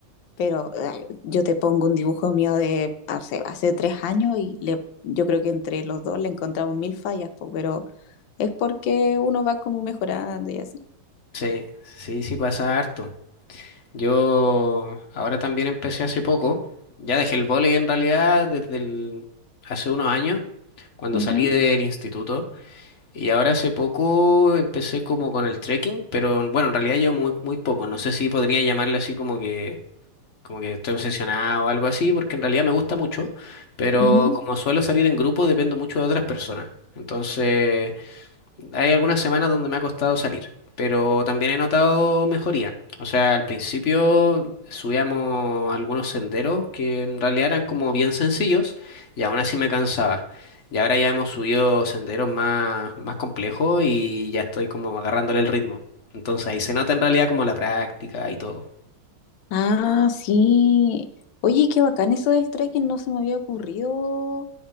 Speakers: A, on the left; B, on the left.
A: pero ay, yo te pongo un dibujo mío de hace, hace tres años y le, yo creo que entre los dos le encontramos mil fallas, po, pero es porque uno va como mejorando y así.
B: Sí, sí, sí pasa harto. Yo ahora también empecé hace poco. Ya dejé el vóley en realidad desde el- hace unos años, cuando
A: Ujú.
B: salí del instituto. Y ahora hace poco empecé como con el trekking, pero bueno, en realidad yo muy, muy poco. No sé si podría llamarle así como que como que estoy obsesionado o algo así, porque en realidad me gusta mucho, pero
A: Ujú.
B: como suelo salir en grupo, dependo mucho de otras personas. Entonces, hay algunas semanas donde me ha costado salir, pero también he notado mejoría. O sea, al principio subíamos algunos senderos que en realidad eran como bien sencillos y aún así me cansaba. Y ahora ya hemos subido senderos más, más complejos y ya estoy como agarrándole el ritmo. Entonces ahí se nota en realidad como la práctica y todo.
A: Ah, sí. Oye, qué bacán eso del trekking, no se me había ocurrido